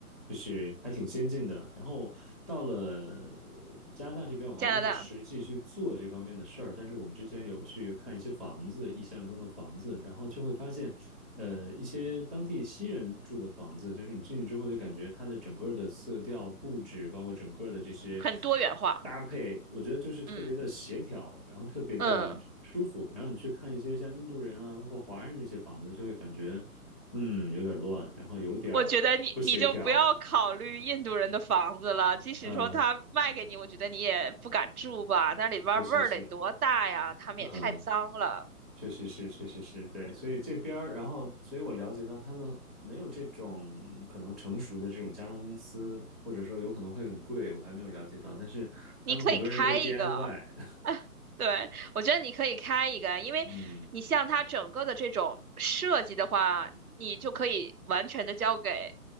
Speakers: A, in the centre; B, on the right.
A: 就是还挺先进的。然后到了呃加拿大这边，我还没有实际去做这方面的事儿，
B: 加拿大。
A: 但是我们之前有去看一些房子，意象中的房子，然后就会发现，呃，一些当地西人住的房子，就是你进去之后就感觉它的整个的色调、布置，包括整个的这些。
B: 很多元化。
A: 搭配，我觉得就是特别的协调，
B: 嗯
A: 然后特别的舒服。
B: 嗯，
A: 然后你去看一些像印度人啊，包括华人那些房子，就会感觉，嗯，有点乱，然后有点儿不协调。
B: 我觉得你你就不要考虑印度人的房子了，即使说他卖给你，
A: 嗯，
B: 我觉得你也不敢住吧，那里边儿味儿得多大呀，
A: 确实是，
B: 他们也太脏了。
A: 嗯，确实是，确实是，对，
B: 嗯。
A: 所以这边儿，然后，所以我了解到他们没有这种可能成熟的这种家装公司，或者说有可能会很贵，我还没有了解到，但是他们很多人都是
B: 你可以开一个。
A: DIY，
B: <laughs> 对，我觉得你可以开一个，因为你像它整个的这种设计的话，
A: <laughs> 嗯
B: 你就可以完全的交给